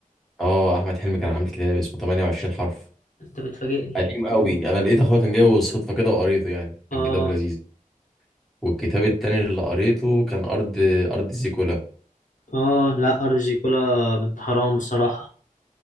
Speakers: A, in the centre; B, on the left.
A: آه أحمد حلمي كان عامل كتاب اسمه 28 حرف
B: انت بتفاجئني
A: قديم قوي أنا لقيت أخويا كان جايبه بالصدفة كده وقريته يعني كان
B: اه
A: كتاب لذيذ والكتاب التاني اللي قريته كان أرض أرض زيكولا
B: اه لا ارض زيكولا بنت حرام بصراحه